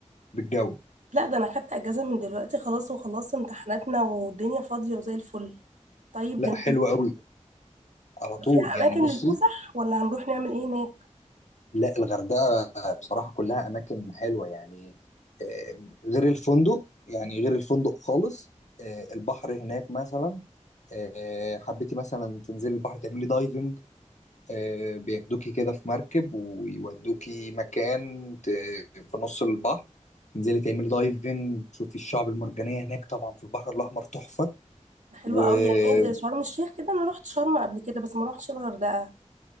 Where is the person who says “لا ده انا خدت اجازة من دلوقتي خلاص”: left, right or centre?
Right